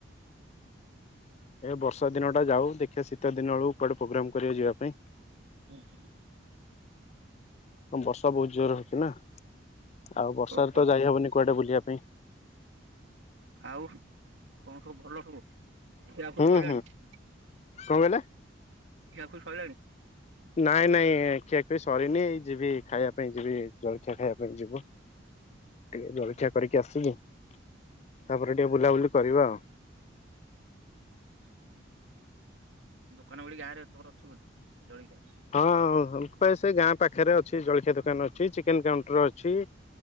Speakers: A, on the left (about 35°); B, on the right (about 75°).
A: ଏ ବର୍ଷା ଦିନ ଟା ଯାଉ ଦେଖ ଦିନ ବଳକୁ କୁଆଡେ ପ୍ରୋଗ୍ରାମ କରିବା ଯିବା ପାଇଁ।
B: ଉହୁଁ।
A: ବର୍ଷା ବହୁତ ଜୋରେ ହୋଉଚି ନା। ଆଉ ବର୍ଷାରେ
B: ଓହୋ
A: ତ ଯାଇ ହବନି କୁଆଡେ ବୁଲିବା ପାଇଁ।
B: ଆଉ କଣ ସବୁ ଭଲ ହବୁ ଖିଆ ଖୁଇ
A: ହୁଁ ହୁଁ
B: ସଇଲାଣି ସବୁ
A: କଣ କହିଲେ?
B: ଖିଆ ଖୁଲ ସଇଲାଣି?
A: ନାଇଁ ନାଇଁ ଖିଆଖରି ସରିନି ଯିବି ଖାଇବା ପାଇଁ ଯିବି ଜଳଖିଆ ଖାଇବା ପାଇଁ ଯିବୁ ଟିକେ ଜଳଖିଆ କରିକି ଆସିଲି ତାପରେ ଟିକେ ବୁଲାବୁଲି କରିବା ଆଉ।
B: ଉଁ। ଦୋକାନ ଗ ଗାଁରେମର ଅଛି ବୋଧେ ଜଳଖିଆ
A: ହଁ ସେ ଗାଁ ପାଖରେ ଅଛି ଜଳଖିଆ ଦୋକାନ ଅଛି ଚିକେନ କାଉଣ୍ଟର ଅଛି।